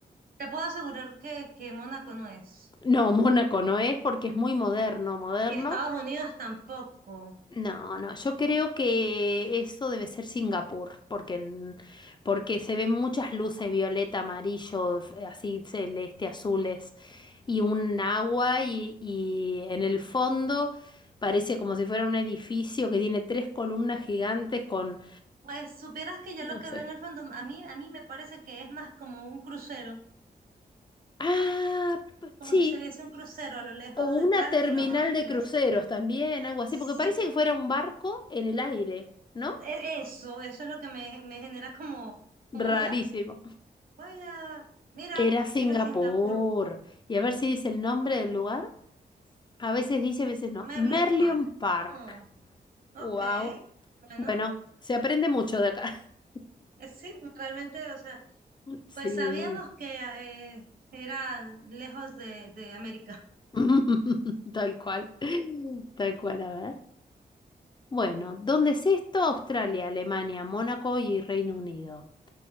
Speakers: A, on the right; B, on the left.
A: te puedo asegurar que, que Mónaco no es.
B: No, Mónaco no es porque es muy moderno, moderno,
A: Y Estados Unidos tampoco.
B: No, no, yo creo que eso debe ser Singapur, porque, en- porque se ven muchas luces violeta, amarillo, f- así celeste, azules, y un agua, y, y en el fondo parece como si fuera un edificio que tiene tres columnas gigantes con,
A: Pues supieras que yo
B: no
A: lo que
B: sé.
A: veo en el fondo, a mí, a mí me parece que es más como un crucero,
B: Ah, p-
A: como
B: sí,
A: si se viese un crucero a lo lejos
B: o una
A: detrás
B: terminal
A: de los,
B: de
A: de los,
B: cruceros también, algo así,
A: sí,
B: porque parece que fuera un barco en el aire, ¿no?
A: e- eso, eso es lo que me, me genera como, como
B: Rarísimo.
A: duda. Vaya, mira,
B: Era Singapur.
A: era Singapur,
B: Y a ver si dice el nombre del lugar. A veces dice, a veces no.
A: Merlion
B: Merlion
A: Park.
B: Park.
A: Ah, ok,
B: Wow.
A: bueno,
B: Bueno, se aprende mucho de acá. <laughs>
A: eh, sí, realmente, o sea,
B: Sí.
A: pues sabíamos que ah, eh, era lejos de, de América,
B: <laughs> Tal cual. Tal cual, a ver. Bueno, ¿dónde es esto? Australia, Alemania, Mónaco y Reino Unido.